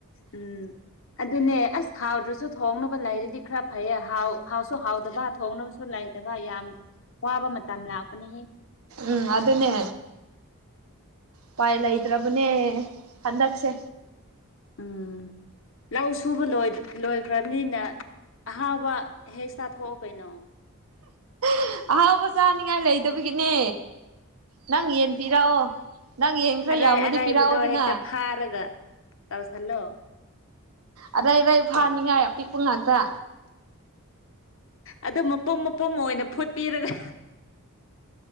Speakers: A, on the left; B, on the right.
A: ꯎꯝ ꯑꯗꯨꯅꯦ ꯑꯁ ꯍꯥꯎꯗ꯭ꯔꯁꯨ ꯊꯣꯡꯅꯕ ꯂꯩꯥꯔꯗꯤ ꯈꯔ ꯐꯩꯌꯦ ꯍꯥꯎ ꯍꯥꯎꯁꯨ ꯍꯥꯎꯗꯕ ꯊꯣꯡꯅꯕꯁꯨ ꯂꯩ ꯇꯕ ꯌꯥꯝ ꯋꯥꯕ ꯃꯇꯝ ꯂꯥꯛꯄꯅꯤꯍꯦ
B: ꯎꯝ ꯑꯗꯨꯅꯦ ꯎꯄꯥꯏ ꯂꯩꯇ꯭ꯔꯕꯅꯦ ꯍꯟꯗꯛꯁꯦ
A: ꯎꯝ ꯂꯧ ꯁꯨꯕ ꯂꯣꯏ ꯂꯣꯢꯈ꯭ꯔꯝꯅꯤꯅ ꯑꯍꯥꯎꯕ ꯍꯦꯛ ꯆꯥꯊꯣꯛꯑꯣ ꯀꯩꯅꯣ
B: <unintelligible> ꯑꯍꯥꯎꯕ ꯆꯥꯅꯤꯉꯥꯏ ꯂꯩꯇꯕꯒꯤꯅꯦ ꯅꯪ ꯌꯦꯟ ꯄꯤꯔꯛꯑꯣ ꯅꯪ ꯌꯦꯟ ꯈꯔ
A: ꯑꯔꯥꯏ
B: ꯌꯥꯝꯃꯗꯤ
A: ꯑꯔꯥꯏꯕꯗꯣ
B: ꯄꯤꯔꯛꯑꯣꯗꯅ
A: ꯍꯦꯛꯇ ꯐꯥꯔꯒ ꯇꯧꯁꯜꯂꯣ
B: ꯑꯗ꯭ꯋꯥꯗꯩ ꯐꯥꯅꯤꯡꯉꯥꯏ ꯑꯄꯤꯛꯄ ꯉꯥꯛꯇ
A: ꯑꯗꯨꯝ ꯃꯄꯨꯝ ꯃꯄꯨꯝ ꯑꯣꯏꯅ ꯐꯨꯄꯤꯔꯒ